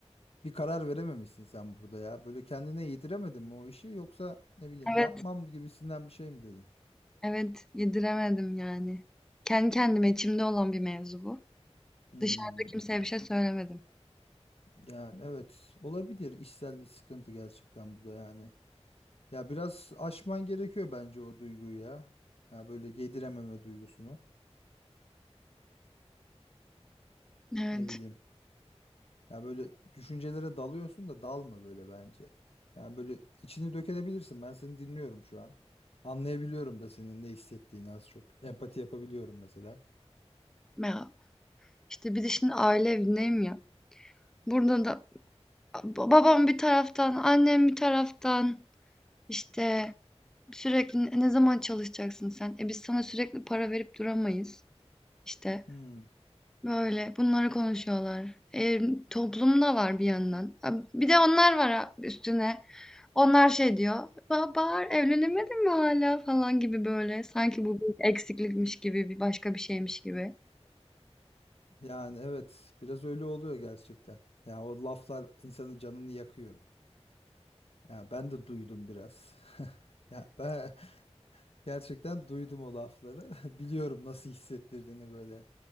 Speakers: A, on the left; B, in the centre.
A: bir karar verememişsin sen burada ya. Böyle kendine yediremedin mi o işi yoksa ne
B: <laughs>
A: bileyim
B: Evet,
A: yapmam gibisinden bir şey mi dedin?
B: evet, yediremedim yani. Kendi kendime içimde olan bir mevzu bu.
A: Hmm,
B: Dışarıda kimseye bir şey söylemedim.
A: yani evet olabilir işsel bir sıkıntı gerçekten bu da yani. Ya biraz aşman gerekiyor bence o duyguyu ya. Ya böyle yedirememe duygusunu.
B: Evet.
A: Ne bileyim. Ya böyle düşüncelere dalıyorsun da dalma böyle bence. Yani böyle içini dökebilirsin. Ben seni dinliyorum şu an. Anlayabiliyorum da senin ne hissettiğini az çok. Empati yapabiliyorum mesela.
B: Ya. İşte bir de şimdi aile evindeyim ya. Burada da ba- babam bir taraftan, annem bir taraftan işte sürekli "Ne ne zaman çalışacaksın sen? E biz sana sürekli para verip duramayız. İşte
A: Hmm.
B: böyle bunları konuşuyorlar. E, toplum da var bir yandan. Ha, Bir de onlar var ha üstüne. Onlar şey diyor. "Ba- Bahar evlenemedin mi hala falan gibi böyle. Sanki bu bir eksiklikmiş gibi, bir başka bir şeymiş gibi.
A: Yani evet biraz öyle oluyor gerçekten. Ya o laflar insanın canını yakıyor. Ya ben de duydum biraz. <laughs> Ya ben <laughs> gerçekten duydum o lafları. <laughs> Biliyorum nasıl hissettirdiğini böyle.